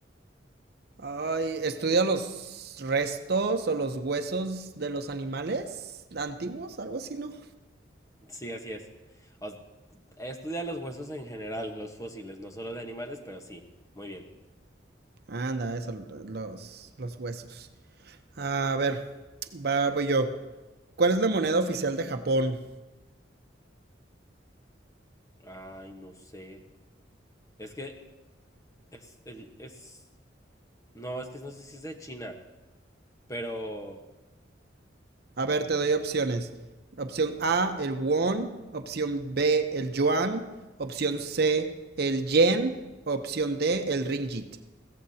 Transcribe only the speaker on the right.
Ay, estudia los restos o los huesos de los animales antiguos, algo así, ¿no?
Anda, eso, los, los huesos. A ver, va, voy yo. ¿Cuál es la moneda oficial de Japón?
A ver, te doy opciones. Opción A, el won. Opción B, el yuan. Opción C, el yen. Opción D, el ringgit.